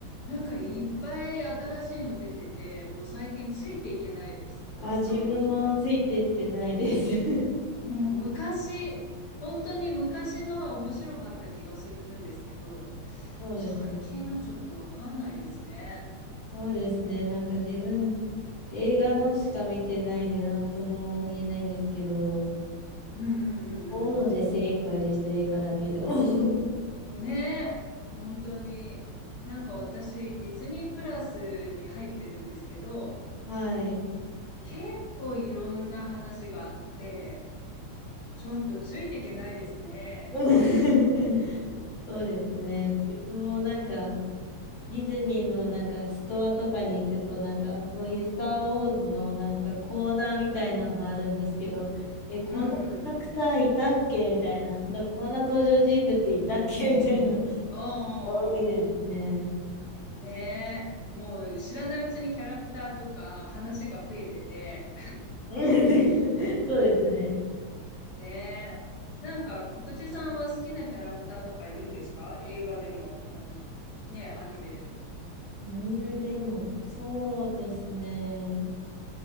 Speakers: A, on the left; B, on the left.
A: なんかいっぱい新しいの出てて、もう最近ついていけないです。
B: あ、
A: スター・
B: 自分もついてってないです。
A: ウォーズ。
B: <laughs>
A: うん、昔、本当に昔のは面白かった気がするんですけど、
B: そうですね。
A: 最近のちょっとわかんないですね。
B: そうですね。なんか自分、映画のしか見てないんで、なんとも言えないんですけど、
A: うんう
B: 大野ので精一杯でした、
A: んう
B: 映画だけでも。<laughs>
A: んうん。ねえ、本当に。なんか私、ディズニープラスに入ってるんですけど、
B: はい。
A: 結構いろんな話があって、ちょっとついていけないですね。
B: <laughs> そうですね。
A: うん。
B: 自分もなんか、ディズニーのなんかストアとかに行くと、なんかそういうスター・ウォーズのなんかコーナーみたいなのあるんですけど、え、こんなキャラクターいたっけみたいな。
A: うんうん。
B: とかこんな登場人物いたっけみたいな。<laughs>
A: おうおうおうお
B: 多いですね。
A: う。ねえ。もう知らないうちにキャラクターとか話が増えてて。
B: うんで <laughs> そうですね。
A: ねえ。なんか、くくちさんは好きなキャラクターとかいるんですか映画でも、アニ、ねえ、アニメでも。
B: アニメでも、そうですね。